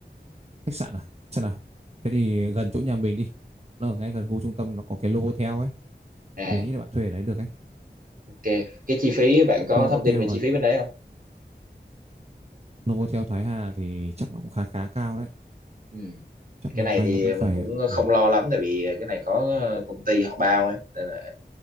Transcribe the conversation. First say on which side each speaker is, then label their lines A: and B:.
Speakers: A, on the right (about 35°); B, on the right (about 50°).
A: khách sạn à? Sao nào? Thế thì gần chỗ nhà mình đi. Nó ở ngay gần khu trung tâm nó có cái Novotel ấy,
B: à
A: mình nghĩ là bạn thuê ở đấy được ấy.
B: ok cái chi phí bạn có
A: Novotel
B: thông tin về chi
A: ở
B: phí bên đấy không
A: Novotel Thái Hà thì chắc nó cũng khá khá cao đấy.
B: ừ.
A: Chắc
B: cái
A: loanh
B: này
A: quanh
B: thì
A: nó cũng phải
B: mình cũng
A: ừ,
B: không lo lắm tại vì cái này có ờ, công ty họ bao ấy nên là